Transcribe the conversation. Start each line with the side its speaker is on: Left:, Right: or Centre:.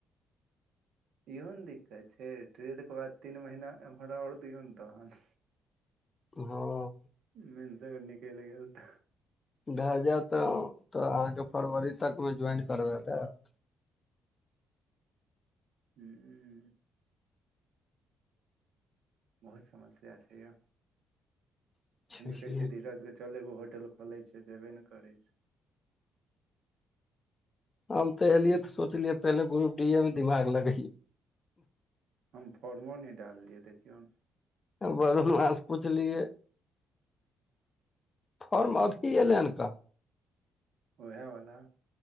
Right: इहो ने दिक्कत छै ट्रेड के बाद तीन महीना एम्मार ओर दो ने तहन
Left: हँ
Right: मेंस अगर निकलि गेल तऽ
Left: भए जायत तऽ अहाँके फरवरी तकमे ज्वइन करबा देअत
Right: हुँ बहुत समस्या छै यो
Left: देब
Right: हम कहै छियै धीरज कें चल एगो होटल खोलै छै जेबे ने करै छै
Left: हम तऽ एलियै तऽ सोचलियै पहिले ग्रुप डी मे दिमाग लगै
Right: हम फॉर्मो नहि डाललियै देखियौ न
Left: वरुणमा सँ पुछलियै फर्म अभी एलै हन काहां
Right: ओएहावला